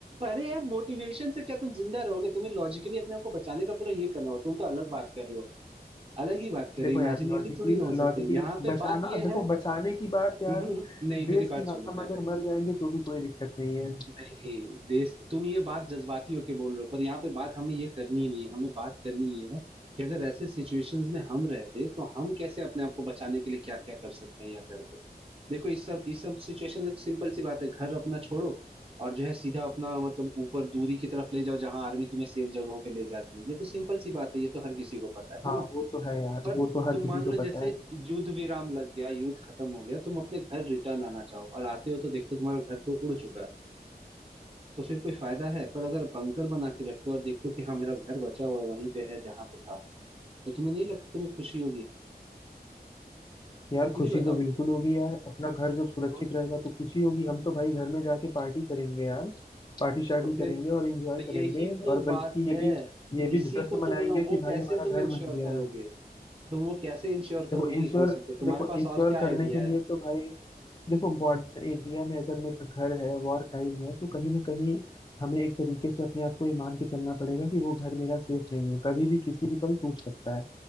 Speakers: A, on the right; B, on the left.
A: अरे यार मोटिवेशन से क्या तुम जिंदा रहोगे तुम्हें लॉजिकली अपने आप को बचाने का पूरा ये करना हो तुम तो अलग बात कर रहे हो अलग ही बात कर
B: देखो
A: रहे हो
B: यार
A: इमेजिनेटिव
B: लॉजिकली
A: थोड़ी ना हो
B: लॉजिकली
A: सकते यहाँ पे
B: बचाना
A: बात ये
B: देखो
A: है
B: बचाने की बात यार
A: <laughs> नहीं मेरी
B: देश
A: बात
B: के नाम
A: सुनो पहले
B: अगर मर जाएंगे तो भी कोई दिक्कत नहीं है
A: नहीं देश तुम ये बात जज्बाती होके बोल रहे हो पर यहाँ पे बात हमें ये करनी ही नहीं है हमें बात करनी ये है कि अगर ऐसे सिचुएशंस में हम रहते तो हम कैसे अपने आप को बचाने के लिए क्या क्या कर सकते हैं या करते देखो इस सब इस सब सिचुएशन में सिंपल सी बात है घर अपना छोड़ो और जो है सीधा अपना मतलब ऊपर दूरी की तरफ ले जाओ जहां आर्मी तुम्हें सेफ जगहों पे ले जाती है ये तो सिंपल सी बात है ये तो हर किसी को पता है
B: हाँ
A: है ना
B: वो तो है यार
A: पर
B: वो तो हर
A: तुम
B: किसी
A: मान
B: को
A: लो
B: पता
A: जैसे
B: है
A: युद्ध विराम लग गया युद्ध खत्म हो गया तुम अपने घर रिटर्न आना चाहो और आते हो तो देखते हो तुम्हारा घर तो उड़ चुका है तो फिर कोई फायदा है पर अगर बंकर बना के रखते हो और देखते हो कि हाँ मेरा घर बचा हुआ है, वहीं पे है जहां पे था तो तुम्हें नहीं लगता तुम्हें खुशी होगी
B: यार
A: खुद
B: खुशी
A: ही बताओ
B: तो बिल्कुल होगी यार अपना घर जब सुरक्षित
A: तो
B: रहेगा तो खुशी होगी हम तो भाई घर में जाके पार्टी करेंगे यार पार्टी शार्टी
A: तो फिर
B: करेंगे और एंजॉय
A: तो यही
B: करेंगे
A: तो
B: और
A: बात
B: बल्कि
A: है
B: ये भी ये भी
A: इसी
B: जश्न
A: को
B: मनाएंगे
A: तो बोल रहा हूँ
B: कि
A: वो कैसे
B: भाई हमारा
A: तुम
B: घर
A: इंश्योर
B: बच गया
A: करोगे
B: है
A: तुम वो कैसे इंश्योर करो
B: देखो इंश्योर
A: कि हो सके तुम्हारे
B: देखो
A: पास
B: इंश्योर
A: और क्या आइडिया
B: करने के लिए
A: है
B: तो भाई देखो बॉर्डर एरिया में अगर मेरा घर है वॉर टाइम है तो कहीं ना कहीं हमें एक तरीके से अपने आप को ये मान के चलना पड़ेगा कि वो घर मेरा सेफ नहीं है कभी भी किसी भी पल टूट सकता है